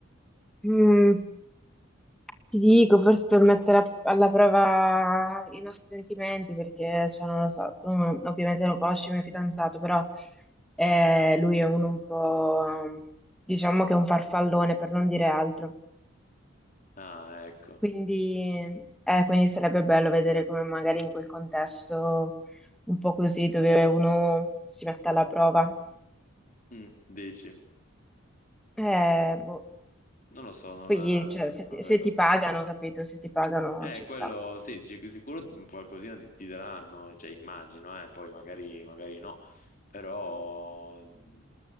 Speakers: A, in the centre; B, on the left.
A: Mm, ti dico, forse per mettere a- alla prova i nostri sentimenti, perché, cioè, non lo so, tu mm, ovviamente lo conosci il mio fidanzato, però eh, lui è uno un po', diciamo che è un farfallone, per non dire altro.
B: Ah, ecco.
A: Quindi, eh, quindi sarebbe bello vedere come magari in quel contesto un po' così dove uno si mette alla prova.
B: Mm, dici?
A: Eh, boh.
B: Non lo so, non
A: Poi,
B: la,
A: cioè,
B: non
A: se
B: la
A: ti,
B: vedo.
A: se ti pagano, capito? Se ti pagano
B: Eh,
A: ci
B: quello
A: sta.
B: sì, sic- sicuro mhmm, qualcosina ti, ti daranno, eh, cioè immagino, eh, poi magari, magari no, però mhmm,